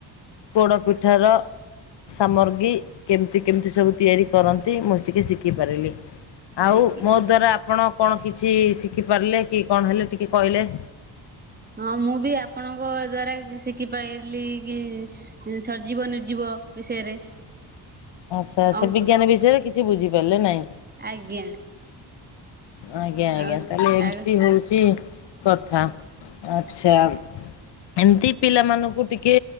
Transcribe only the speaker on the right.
ଆଜ୍ଞା
ହଁ ମୁଁ ବି ଆପଣଙ୍କ ଦ୍ଵାରା ଶିଖିପାରିଲି କି ଉ ସରିଯିବ ନିର୍ଜିବ ବିଷୟରେ
ଅଙ୍କ
ଆଜ୍ଞା
ଆଉ
ଆଉ